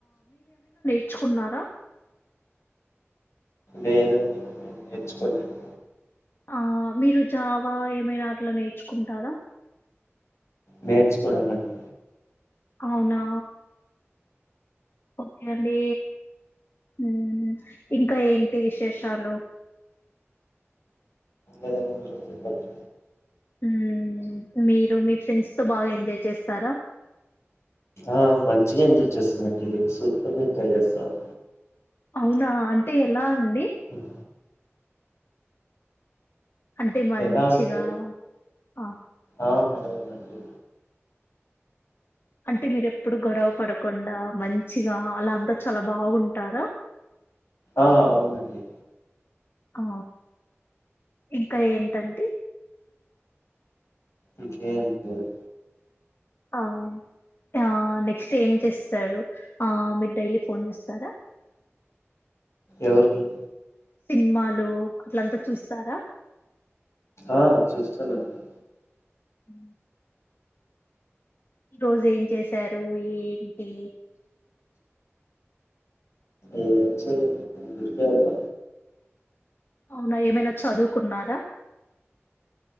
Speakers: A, on the left (about 50°); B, on the left (about 70°).
A: చ్చుకున్నారా
B: లేదండి నేను నేర్చుకోలేదు
A: ఆ మీరు జావా ఏమైనా అట్లా నేర్చుకుంటారా
B: నేర్చుకోనాలండి
A: అవునా ఓకే అండి ఊ ఇంకా ఏంటి విశేషాలు
B: ఏదన్న మీరే చెప్పాలి.
A: ఊ మీరు మీ ఫ్రెండ్స్ తో బాగా ఎంజాయ్ చేస్తారా
B: ఆ మంచిగా ఎంజాయ్ చేస్తానండి సూపర్గా ఎంజాయ్ చేస్తాను.
A: అవునా అంటే ఎలా అండి.
B: హ్మ్.
A: అంటే మంచిగా
B: ఎలా అంటే
A: ఆ
B: ఆ అవునండి.
A: అంటే మీరు ఎప్పుడు గొడవ పడకుండా మంచిగా అలాంతా చాలా బాగుంటారా
B: ఆ అవునండి.
A: ఆ ఇంకా ఏంటంటే
B: ఇంక ఏం లేదు
A: ఆ ఆ నెక్స్ట్ ఏం చేస్తారు. ఆ మీరు డైలీ ఫోన్ చేస్తారా.
B: ఎవరికి
A: సినిమాలు అట్లంతా చూస్తారా
B: ఆ చూస్తానండి.
A: హు ఈ రోజు ఏం చేసారు ఏంటి
B: ఏం చేయలేదు ఊరికే ఉన్న
A: అవునా ఏమైనా చదువుకున్నారా